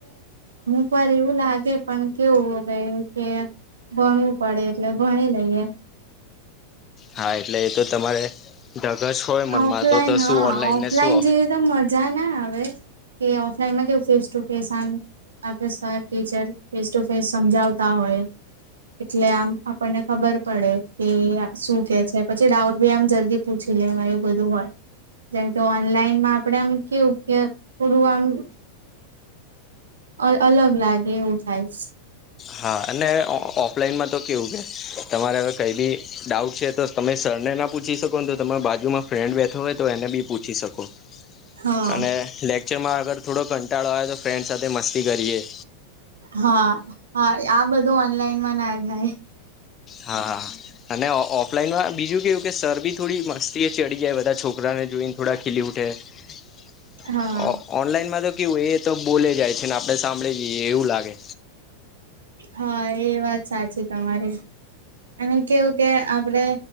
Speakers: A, on the right; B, on the left.
A: એક વાર એવું લાગે પણ કેવું હવે કે. ભણવું પડે એટલે ભણી લઈએ.
B: હા એટલે એ તો તમારે. ધગશ હોય મનમાં
A: ઓફલાઈન
B: તો તો
A: હા
B: શું ઓનલાઈન
A: ઓફલાઈન
B: ને શું
A: જેવી તો મજા ના આવે. કે ઓફલાઈનમાં કેવું ફેસ ટુ ફેસ આમ. આપે sir teacher face to face સમજાવતા હોય. એટલે આમ આપણને ખબર પડે કે શું કે છે પછી ડાઉટ ભી આમ જ તે પૂછી લેવાય એ બધું હોય. જેમ કે ઓનલાઈનમાં આપડે આમ કેવું કે થોડું આમ. અ અલગ લાગે એવું થાય.
B: હા અને ઓફલાઈનમાં તો કેવું કે તમારે હવે કઈ બી ડાઉટ છે તો તમે સર. એને ના પૂછી શકો તો તમારા બાજુમાં ફ્રેન્ડ બેઠતો હોય તો એને બી પૂછી શકો.
A: હા
B: અને લેક્ચરમાં અગર થોડો કંટાળો હોય તો ફ્રેન્ડ સાથે મસ્તી કરીયએ.
A: હા હા આ બધું ઓનલાઈનમાં ના જાય.
B: હા હા અને ઓ. ઓફલાઈનમાં બીજું કેવું કે સર બી થોડી મસ્તીએ ચડી જાય બધા છોકરાને જોઈને થોડા ખીલી ઉ. <unintelligible>
A: હા
B: ઓન ઓનલાઇનમાં તો. કેવુંય એ તો બોલે જાય છે ને આપડે સાંભળી જઈએ એવું લાગે.
A: હા એ વાત સાચી તમારે અને કેવું કે આપડે